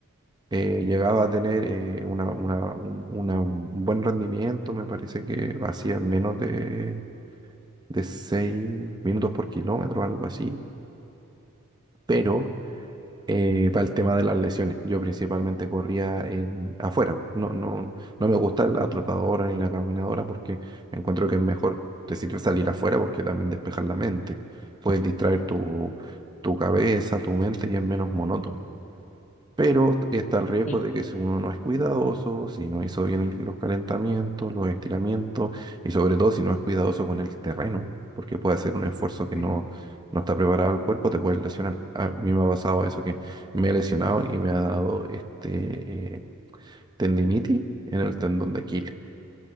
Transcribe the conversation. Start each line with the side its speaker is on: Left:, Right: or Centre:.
Right: eh, llegaba a tener eh, una- una- un, una- un buen rendimiento, me parece que hacía menos de, de seis minutos por kilómetro, algo así, pero eh, para el tema de las lesiones, yo principalmente corría en, afuera, no, no, no me gusta la trotadora ni la caminadora porque encuentro que es mejor, te sirve salir afuera porque también despejas la mente, puedes distraer tu, tu cabeza, tu mente y es menos monótono. Pero está el riesgo
Left: Ay,
Right: de que
Left: pero-
Right: si uno no es cuidadoso, si no hizo bien el- los calentamientos, los estiramientos y sobre todo si no es cuidadoso con el terreno, porque puede hacer un esfuerzo que
Left: ujú.
Right: no, no está preparado el cuerpo, te puede lesionar. A mí me ha pasado eso que me he lesionado y me ha dado este eh, tendinitis en el tendón de Aquiles.